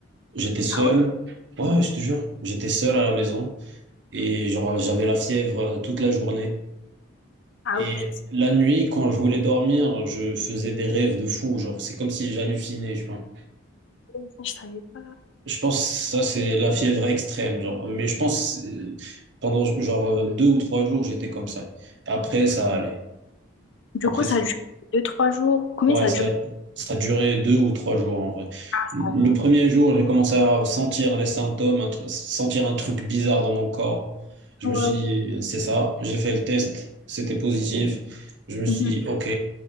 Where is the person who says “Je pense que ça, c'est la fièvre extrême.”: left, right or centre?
Right